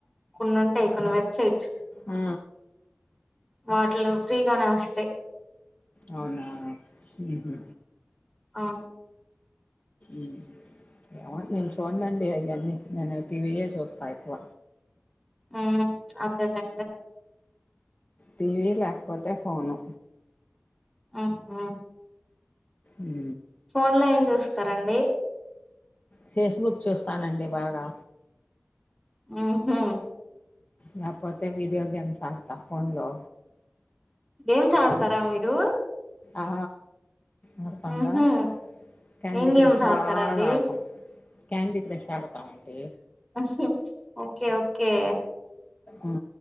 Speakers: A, in the centre; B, on the left.
A: కొన్ని ఉంటాయ్ కొన్ని వెబ్సైట్స్.
B: ఆ
A: వాటిలో ఫ్రీగానే వస్తాయి
B: అవునా ఉహు
A: అవున్
B: ఉ ఏమో నేను చూనండి అవన్నీ నేను టీవీయే చూస్తా ఎక్కువ.
A: ఉ అదేలే
B: టీవీ ల్యాకపోతే ఫోను
A: ఆ హో
B: ఉ
A: ఫోన్లో ఏం చూస్తారండి
B: ఫేస్ బుక్ చూస్తానండి బాగా
A: ఆహో
B: ల్యాపోతే వీడియో గేమ్స్ ఆడతా ఫోన్లో
A: గమ్స్ ఆడతారా మీరు
B: ఆ ఆడుతంగా
A: ఉహు.
B: క్యాండీ
A: ఏం గేమ్స్
B: క్రష్
A: ఆడతారండి
B: బాగా ఆడతాం క్యాండీ క్రష్ ఆడతాం అంటే
A: ఆహో ఓకే ఓకే
B: ఉ